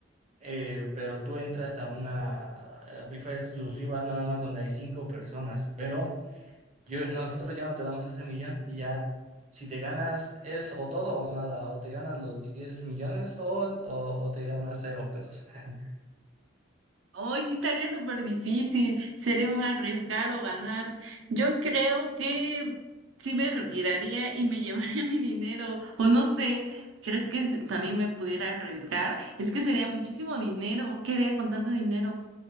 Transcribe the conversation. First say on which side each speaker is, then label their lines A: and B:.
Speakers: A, on the right (about 35°); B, on the right (about 80°).
A: eh, pero tú entras a una eh, rifa exclusiva nada más donde hay cinco personas, pero yo, nosotros ya no te damos ese millón y ya si te ganas es o todo o nada, o te ganas los diez millones o, o, o te ganas cero pesos. <laughs>
B: Hoy sí estaría súper difícil, sería un arriesgar o ganar. Yo creo que sí me retiraría y me llevaría <laughs> mi dinero, o no sé, ¿crees que también me pudiera arriesgar? Es que sería muchísimo dinero, ¿qué haría con tanto dinero?